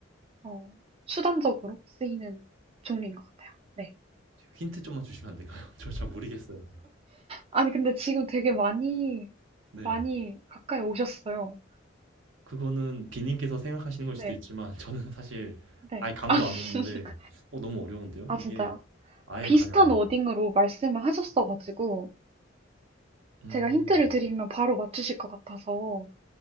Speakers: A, on the right; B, on the right.
A: 어, 수단적으로 쓰이는 종류인 것 같아요. 네.
B: 힌트 좀만 주시면 안 될까요? <laughs> 저 잘 모르겠어요.
A: 아니, 근데 지금 되게 많이,
B: 네.
A: 많이 가까이 오셨어요.
B: 그거는 비님께서 생각하시는 걸
A: 네,
B: 수도 있지만, 저는 <laughs> 사실
A: 네.
B: 아예 감도
A: <laughs>
B: 안 오는데, 어, 너무 어려운데요?
A: 아,
B: 이게
A: 진짜요?
B: 아예
A: 아, 비슷한
B: 감이 안 와요.
A: 워딩으로 말씀을 하셨어가지고,
B: 음,
A: 제가 힌트를 드리면 바로 맞추실 것 같아서,